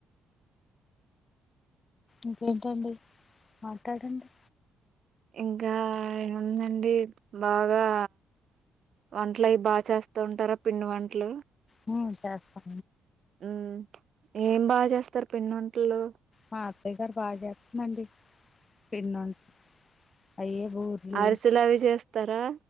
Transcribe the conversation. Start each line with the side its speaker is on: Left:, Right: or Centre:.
Left: ఇకేంటండి మాటడండి
Right: ఇంకాఎమ్ ఉందండి బాగా వంట్లు అవి బాగా చేస్తా ఉంటారా పిండి వంటలు
Left: మ్ చేస్తా
Right: ఉమ్ ఏం బాగా చేస్తారు పిండి వంటల్లో
Left: మా అత్తయ్య గారు బాగా చేస్తుందండి పిండి వంటలు అయ్యే బూర్లు
Right: అరిసలు అవి చేస్తారా